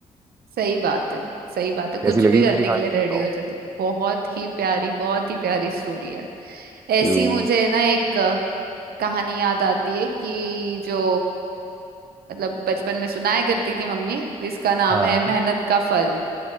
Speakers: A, on the right; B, on the right.
A: सही बात है सही बात है कुछ
B: कैसी लगी
A: भी करने
B: मेरी कहानी
A: के लिए
B: ये
A: रेडी
B: बताओ
A: हो जाते हो बहुत ही प्यारी बहुत ही प्यारी स्टोरी है
B: क्यों
A: ऐसी मुझे ना एक अ, कहानी याद आती है कि जो मतलब बचपन में सुनाया करती थी मम्मी जिसका नाम
B: हाँ
A: है मेहनत का फल